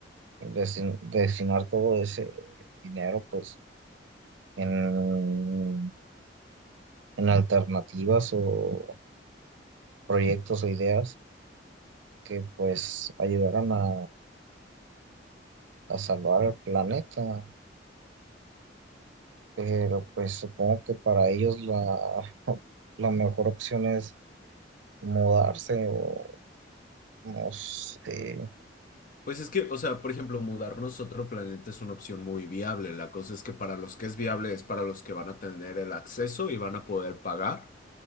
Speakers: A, on the right; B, on the left.
A: destin- destinar todo ese dinero pues en, en alternativas o proyectos o ideas que pues ayudaran a, a salvar el planeta. Pero pues supongo que para ellos la, <laughs> la mejor opción es mudarse o no sé,
B: Pues es que, o sea, por ejemplo, mudarnos a otro planeta es una opción muy viable. La cosa es que para los que es viable es para los que van a tener el acceso y van a poder pagar